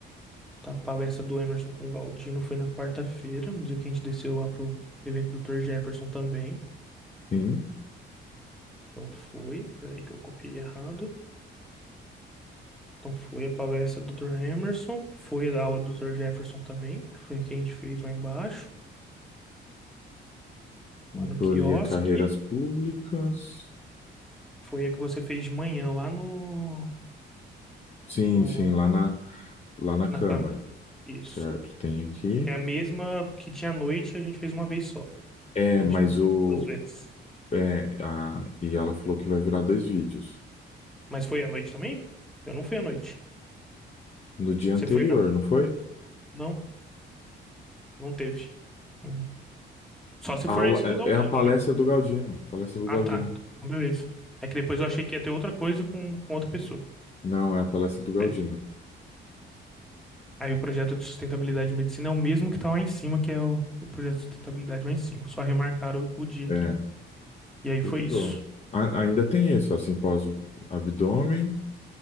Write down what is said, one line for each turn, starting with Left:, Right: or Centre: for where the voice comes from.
Centre: Tá, A palestra do Emerson com o Galdino foi na quarta-feira, no dia que a gente desceu lá pro evento do Dr. Jefferson também.
Left: Sim.
Centre: Então foi, peraí que eu copiei errado. Então foi a palestra do Dr. Emerson, foi a da aula do Dr. Jefferson também, que foi a que a gente fez lá embaixo,
Left: Mentoria
Centre: lá no quiosque.
Left: Carreiras Públicas.
Centre: Foi a que você fez de manhã lá no,
Left: Sim,
Centre: no,
Left: sim, lá na, lá na Câmara,
Centre: na câmera. Isso.
Left: certo? Tem aqui.
Centre: Que é a mesma que tinha à noite, a gente fez uma vez só.
Left: É,
Centre: A
Left: mas
Centre: gente não
Left: o.
Centre: duas vezes.
Left: É, a, e ela falou que vai virar dois vídeos.
Centre: Mas foi à noite também? Eu não fui à noite.
Left: No dia anterior,
Centre: Você foi na...
Left: não foi?
Centre: Não, não teve. Uhum. Só se
Left: A
Centre: for
Left: aula,
Centre: esse do
Left: é
Centre: Galdino,
Left: é a palestra
Centre: né?
Left: do Galdino. Palestra do
Centre: Ah,
Left: Galdino.
Centre: tá. Então, Beleza. É que depois eu achei que ia ter outra coisa com, com outra pessoa.
Left: Não, é a palestra do Galdino.
Centre: Beleza. Aí o projeto de sustentabilidade e medicina é o mesmo que tá lá em cima, que é o, o projeto de sustentabilidade lá em cima. Só remarcaram o, o dia aqui.
Left: É,
Centre: E aí
Left: fechou.
Centre: foi isso.
Left: A- ainda tem esse, ó, simpósio abdômen,